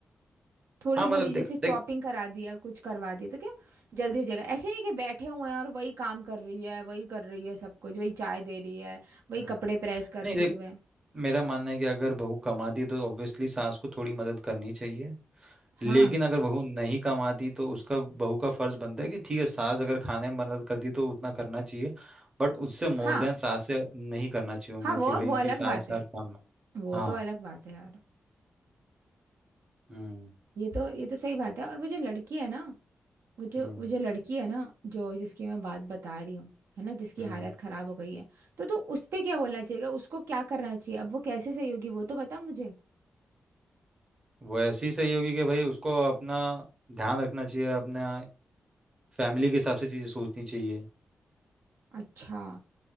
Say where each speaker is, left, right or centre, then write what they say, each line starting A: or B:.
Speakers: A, on the right (about 80°); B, on the right (about 20°).
A: थोड़ी
B: हाँ मतलब
A: थोड़ी
B: देख
A: जैसे चॉपिंग
B: देख
A: करा दिया कुछ करवा दिया तो क्या जल्दी हो जाएगा ऐसे नहीं कि बैठे हुए हैं और वही काम कर रही है वही कर रही है सब कुछ वही चाय दे रही है वही
B: हम्म,
A: कपड़े प्रेस कर
B: नहीं
A: रही
B: देख
A: है सुबह
B: मेरा मानना है कि अगर बहू कमाती है तो ऑब्वियसली सास को थोड़ी मदद करनी चाहिए
A: हाँ
B: लेकिन अगर बहू नहीं कमाती तो उसका बहू का फर्ज बनता है कि ठीक है सास अगर खाने में मदद करती तो उतना करना चाहिए बट उससे मोर
A: हाँ
B: देन सास से नहीं करना चाहिए उम्मीद
A: हाँ वो
B: कि भाई
A: वो अलग
B: कि सास
A: बात है
B: हर काम में
A: वो
B: हाँ
A: तो अलग बात है यार
B: हम्म
A: ये तो ये तो सही बात है और वो जो लड़की है ना वो जो
B: हम्म
A: वो जो लड़की है ना जो जिसकी मैं बात बता रही हूँ है ना जिसकी
B: हम्म
A: हालत खराब हो गई है तो तू उस पे क्या बोलना चाहिएगा उसको क्या करना चाहिए अब वो कैसे सही होगी वो तो बता मुझे
B: वो ऐसी ही सही होगी कि भाई उसको अपना ध्यान रखना चाहिए अपना फैमिली के हिसाब से चीजें सोचनी चाहिए
A: अच्छा